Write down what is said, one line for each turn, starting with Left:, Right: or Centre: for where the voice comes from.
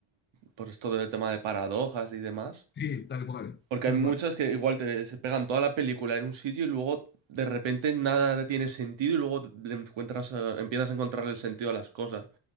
Right: por esto del tema de paradojas y demás.
Left: sí, tal cual,
Right: Porque
Left: tal
Right: hay muchas
Left: cual,
Right: que igual te, se pegan toda la película en un sitio y luego de repente nada tiene sentido y luego le encuentras, eh, empiezas a encontrarle el sentido a las cosas.